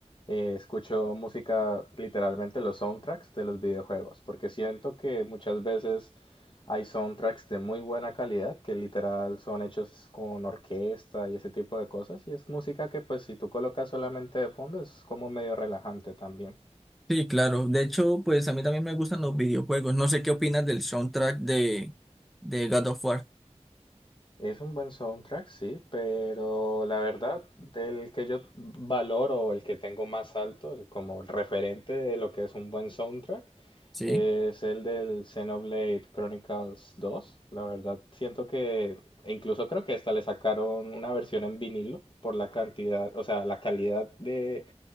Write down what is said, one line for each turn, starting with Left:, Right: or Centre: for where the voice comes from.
Left: eh, escucho música literalmente los soundtracks de los videojuegos, porque siento que muchas veces hay soundtracks de muy buena calidad que literal son hechos con orquesta y ese tipo de cosas y es música que pues si tú colocas solamente de fondo es como medio relajante también.
Centre: Sí, claro. De hecho, pues a mí también me gustan los videojuegos. No sé qué opinas del soundtrack de, de God of War.
Left: Es un buen soundtrack, sí, pero la verdad, del que yo valoro, el que tengo más alto, el como el referente de lo que es un buen soundtrack,
Centre: Sí.
Left: es el del Xenoblade Chronicles dos La verdad, siento que, e incluso creo que esta le sacaron una versión en vinilo por la cantidad, o sea, la calidad de,